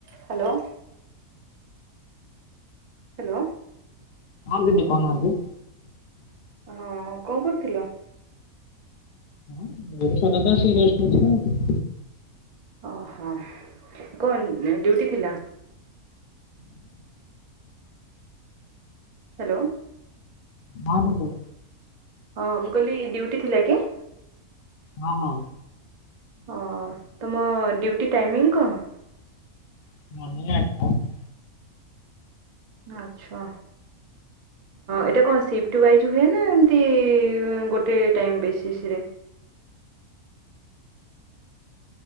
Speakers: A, on the right (about 50°); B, on the left (about 75°).
A: Hello. Hello.
B: ହଁ ଦିଦି କହୁନାହାଁନ୍ତିି?
A: ହଁ କଣ କରୁଥିଲ?
B: <unintelligible>
A: ଓହୋ କଣ ଡ୍ୟୁଟି ଥିଲା? ହ୍ୟାଲୋ।
B: ହଁ ଦିଦି।
A: ହଁ ମୁଁ କହିଲି ଡ୍ୟୁଟି ଥିଲା କି?
B: ହଁ ହଁ।
A: ହ ତୁମ ଡ୍ୟୁଟି ଟାଇମିଂ କଣ?
B: <unintelligible>
A: ଆଚ୍ଛା। ଏଇଟା କଣ ସିଫ୍ଟ ୱାଇଜ୍ ହୁଏ ନା ଏମିତି ଗୋଟେ ଟାଇମ୍ ବେସିସ୍ ରେ?